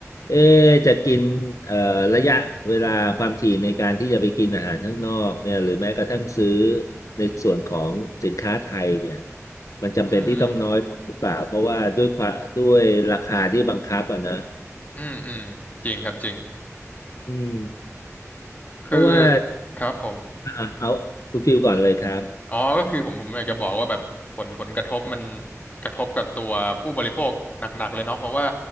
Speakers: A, on the left; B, on the left.
A: เอ๊ะจะกินเอ่อระยะเวลาความถี่ในการที่จะไปกินอาหารข้างนอกเนี่ยหรือแม้กระทั่งซื้อในส่วนของสินค้าไทยเนี่ยมันจำเป็นที่ต้องน้อยลงหรือเปล่าเพราะว่าด้วยความด้วยราคาที่บังคับอ่ะนะ
B: อืมอืมอืมจริงครับจริง
A: อืม
B: คือ
A: เพราะว่า
B: ครับผม
A: อ่าเอาคุณฟิลก่อนเลยครับ
B: อ๋อ ก็คือผมผมอยากจะบอกว่าแบบผลผลกระทบมันกระทบกับตัวผู้บริโภคหนักๆเลยเนาะเพราะว่า